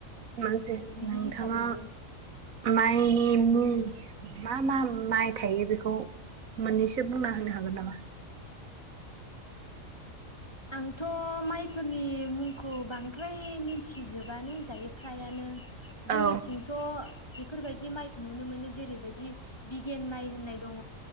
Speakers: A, on the right; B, on the left.
A: बेस जे
B: बिदि
A: नोंथाङा
B: हिसाबैबो
A: माइनि मुं। मा मा माइ थायो बेखौ मोननैसो बुंना होनो हागोन नामा।
B: आंथ' माइफोरनि मुंखौ बांद्राय मिथिजोबानो होनजायो फ्रायानो। जोंनिथिंथ'।
A: औ
B: बेफोरबायदि माइखौ नुनो मोनो जेरैबायदि बिगिगेन माइ होननाय दङ।